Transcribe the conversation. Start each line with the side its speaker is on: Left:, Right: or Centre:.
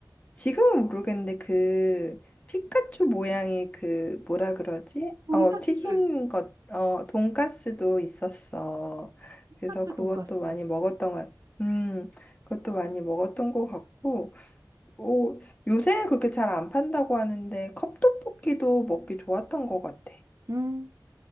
Left: 지금은 모르겠는데 그 피카츄 모양의 그 뭐라 그러지?
Right: 돈가스.
Left: 어, 튀긴 것, 어, 돈가스도 있었어.
Right: 맞아, 피카츄
Left: 그래서 그것도
Right: 돈가스.
Left: 많이 먹었던 것, 음, 그것도 많이 먹었던 것 같고, 오, 요새는 그렇게 잘 안 판다고 하는데 컵떡볶이도 먹기 좋았던 것 같아.
Right: 음,